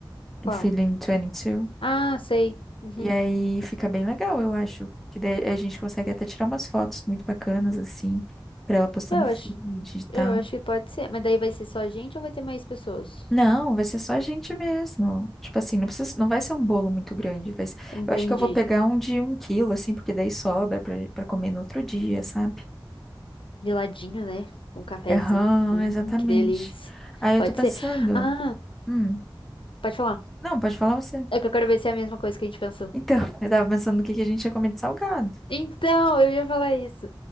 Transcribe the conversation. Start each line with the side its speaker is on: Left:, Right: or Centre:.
Left: Qual?
Centre: Do Feeling 22.
Left: Ah, sei. Uhum.
Centre: E aí fica bem legal, eu acho. Que daí a gente consegue até tirar umas fotos muito bacanas, assim, pra ela postar
Left: Eu
Centre: no feed
Left: acho
Centre: e tal.
Left: Eu acho que pode ser, mas daí vai ser só gente ou vai ter mais pessoas?
Centre: Não, vai ser só a gente mesmo. Tipo assim, não precisa, não vai ser um bolo muito grande. Vai ser-
Left: Entendi.
Centre: eu acho que eu vou pegar um de um quilo, assim, porque daí sobra pra, pra comer no outro dia, sabe?
Left: De né? Com um cafezinho.
Centre: Aham,
Left: Hum,
Centre: exatamente.
Left: que delícia.
Centre: Aí
Left: Pode
Centre: eu tô pensando.
Left: ser. Ah,
Centre: Hum,
Left: pode falar.
Centre: não, pode falar você.
Left: É que eu quero ver se é a mesma coisa que a gente pensou.
Centre: Então, <laughs> eu tava pensando no que que a gente ia comer de salgado.
Left: Então, eu ia falar isso.